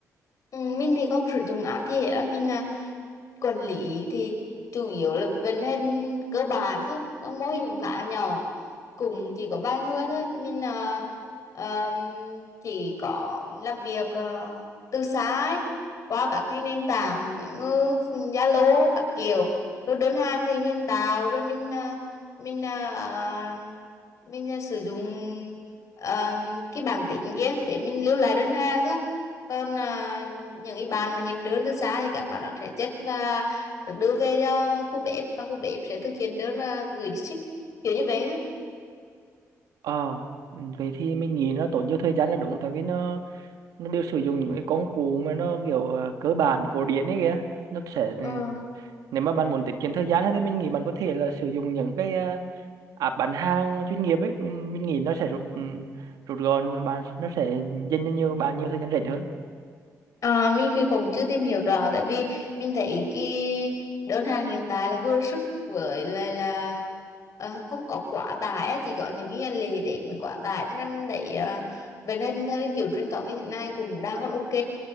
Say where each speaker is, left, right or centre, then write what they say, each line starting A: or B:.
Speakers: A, on the left (about 60°); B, on the right (about 85°).
A: Ừ, mình thì không sử dụng app gì hết á. Mình à, quản lý thì chủ yếu là vận hành cơ bản thôi các mô hình cũng khá nhỏ cũng chỉ có vài người thôi mình à, ờm, chỉ có làm việc ờ, từ xa ấy, qua các cái nền tảng như Zalo các kiểu rồi đơn hàng thì mình tạo rồi mình à, mình à, mình à, sử dụng ờm, cái bảng tính kia để mình lưu lại đơn hàng thôi còn à, những cái bạn mà nhìn đơn từ xa thì các bạn đó sẽ chất và được đưa về cho khu bếp và khu bếp sẽ thực hiện đơn và gửi đi ship kiểu như vậy á.
B: ờ ừ, vậy thì mình nghĩ nó tốn nhiều thời gian là đúng tại vì nó nó đều sử dụng những cái công cụ mà nó kiểu à, cơ bản cổ điển ấy kìa nó sẽ ừ,
A: ừ.
B: nếu mà bạn muốn tiết kiệm thời gian hơn thì mình nghĩ bạn có thể là sử dụng những cái ờ, app bán hàng chuyên nghiệp ấy mình mình nghĩ nó sẽ rút ừm, rút gọn bạn nó sẽ dành cho nhiều bạn nhiều thời gian rảnh hơn
A: À, mình thì cũng chưa tìm hiểu rõ tại vì mình thấy cái đơn hàng hiện tại là vừa sức với lại là ờ, không có quá tải á, chỉ có những cái ngày lễ Tết mới quá tải cho nên mình thấy ờ, vậy nên theo cái kiểu truyền thống như thế này cũng đang còn ok